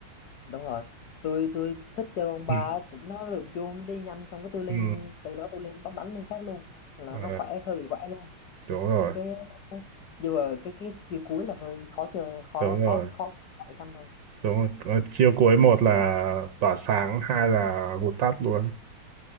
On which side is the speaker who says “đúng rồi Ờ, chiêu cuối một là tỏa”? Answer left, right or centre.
Right